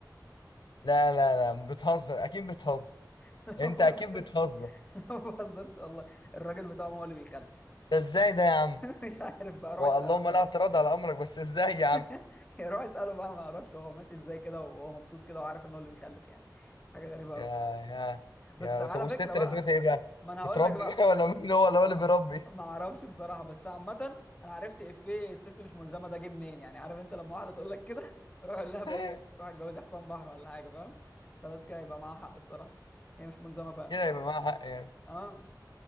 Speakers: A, on the left; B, on the left.
A: لا لا لا بتهزر اكيد بتهزر
B: <laughs> لا
A: انت
B: ما
A: اكيد
B: بهزرش
A: بتهزر
B: لا ما بهزرش والله الراجل بتاعهم هو اللي بيخلف
A: ده ازاي ده يا عم
B: <laughs> مش عارف بقى روح
A: هو
B: اساله
A: اللهم
B: بصراحه
A: لا اعتراض على امرك بس ازاي
B: <laughs>
A: يا عم
B: يا روح اساله بقى ما اعرفش هو ماشي ازاي كده وهو مبسوط كده وعارف ان هو اللي بيخلف يعني حاجه غريبه قوي
A: يا يا
B: بس
A: يا
B: على
A: طب والست
B: فكره بقى
A: لازمتها ايه بقى
B: ما انا هقول
A: بتربي
B: لك بقى
A: <laughs> بقى ولا مين هو اللي
B: انا
A: هو اللي بيربي
B: ما اعرفش بصراحه بس عامه انا عرفت افيه الست مش ملزمه ده جه منين يعني عارف انت لما واحده تقول لك كده <laughs> روح اقول لها بقى
A: <laughs>
B: ايه روح اتجوزي حصان بحر ولا حاجه فاهم خلاص كده يبقى معاها حق بصراحه هي مش ملزمه فعلا
A: كده يبقى معاها حق يعني
B: اه